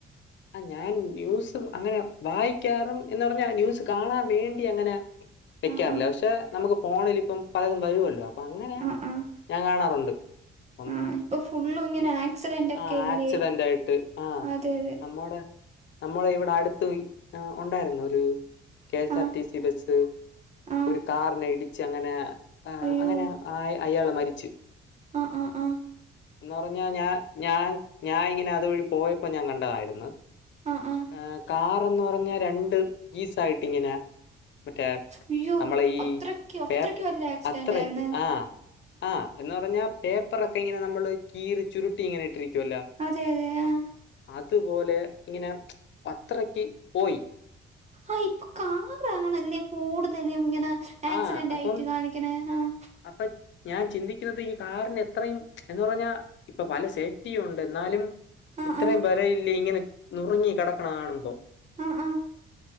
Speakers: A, on the left; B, on the right.
A: ആഹ് ഞാൻ ന്യൂസ് അങ്ങനെ വായിക്കാറും എന്ന് പർഞ്ഞാ ന്യൂസ് കാണാൻ വേണ്ടി അങ്ങനെ വെക്കാറില്ല
B: ആഹ് ആഹ്
A: പക്ഷെ നമുക്ക് ഫോണില് ഇപ്പം പലതും വരുവല്ലോ അപ്പൊ അങ്ങനെ
B: ആഹ് ആഹ്
A: ഞാൻ കാണാറുണ്ട് <unintelligible>
B: ആഹ് ഇപ്പൊ ഫുള്ളും ഇങ്ങനെ ആക്സിഡന്റ് ഒക്കെ
A: ആഹ്
B: ഇല്ലേ
A: ആക്സിഡന്റ് ആയിട്ട് ആഹ്
B: അതെ അതെ
A: നമ്മടെ നമ്മള ഇവിടെ അടുത്ത് ഇ ഉണ്ടായിരുന്നു ഒരു കെ എസ്
B: ആഹ്
A: ആർ ടി സി ബസ്സ്
B: ആഹ്
A: ഒരു കാറിനെ ഇടിച്ച് അങ്ങനെ ആഹ്
B: അയ്യോ
A: അങ്ങനെ ആഹ് അയാളെ മരിച്ചു
B: ആഹ് ആഹ് ആഹ്
A: എന്ന് പറഞ്ഞാ ഞാൻ ഞാൻ ഞാൻ ഇങ്ങനെ അതുവഴി പോയപ്പോ ഞാൻ കണ്ടതായിരുന്നു
B: ആഹ് ആഹ്
A: എ കാറന്ന് പറഞ്ഞ രണ്ട് പീസ് ആയിട്ട്ങ്ങനെ മറ്റേ
B: അയ്യോ
A: നമ്മള ഈ
B: അത്രക്ക് അത്രക്ക്
A: പേ
B: വലിയ ആക്സിഡന്റ്
A: അത്ര
B: ആയിരുന്ന്
A: ആഹ് ആഹ് എന്ന് പറഞ്ഞാ പേപ്പറൊക്കെ ഇങ്ങനെ നമ്മള് കീറി ചുരുട്ടി ഇങ്ങനെ ഇട്ടിരിക്കുവല്ലോ
B: അതെ അതെ ആഹ്
A: ത്തു പോലെ ഇങ്ങനെ അത്രക്ക് പോയി
B: ആഹ് ഇപ്പൊ കാറാണല്ലെ കൂടുതലും ഇങ്ങനെ ആക്സിഡന്റ്
A: ആ അപ്പം
B: ആയിട്ട് കാണിക്ക്ണേ ആഹ്
A: അപ്പൊ ഞാൻ ചിന്തിക്കുന്നത് ഈ കാറിന് എത്രയും എന്ന് പറഞ്ഞാ ഇപ്പൊ പല സേഫ്റ്റിയും ഉണ്ട് എന്നാലും
B: ആ
A: ഇത്രയും
B: ആ
A: വലയില്ലേ ഇങ്ങനെ നുറുങ്ങി കിടക്കണ കാണുമ്പോ
B: ആഹ് ആഹ്